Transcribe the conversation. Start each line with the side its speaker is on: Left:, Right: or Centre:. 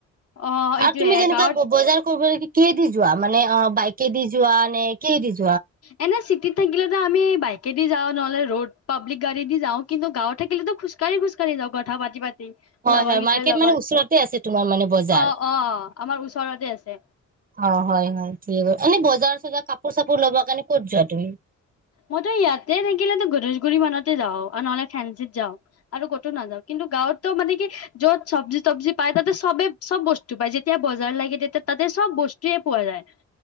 Left: অ
Right: আৰু
Left: এইটোয়ে
Right: তুমি যেনেকা
Left: গাঁৱত
Right: বজাৰ কৰিব কিহে দি যোৱা মানে অ বাইকে দি যোৱা নে কিহে দি যোৱা
Left: এনে চিটি থাকিলেতো আমি বাইকেদি যাওঁ নহ'লে ৰোড, পাব্লিক গাড়ী দি যাওঁ কিন্তু গাঁৱত থাকিলেতো খোজকাঢ়ি খোজকাঢ়ি যাওঁ কথা পাতি পাতি
Right: হয়
Left: লগৰ
Right: হয়
Left: কেইটাৰ
Right: মাৰ্কেট
Left: লগত
Right: মানে ওচৰতে আছে তোমাৰ মানে বজাৰ
Left: অ অ আমাৰ ওচৰতে আছে
Right: অ হয় হয় থিকে ক এনে বজাৰ জাৰ কাপোৰ চাপোৰ ল'ব কাৰণে ক'ত যোৱা তুমি
Left: মইতো ইয়াতে থাকিলেতো গনেশ গুৰি মানতে যাওঁ আৰু নহ'লে ফেঞ্চিত যাওঁ আৰু ক'তো নাযাও কিন্তু গাঁৱতটো মানে কি য'ত চবজি তবজি পাই তাতে চবে চব বস্তু পায় যেতিয়া বজাৰ লাগে তেতিয়া তাতে চব বস্তু টোৱে পোৱা যায়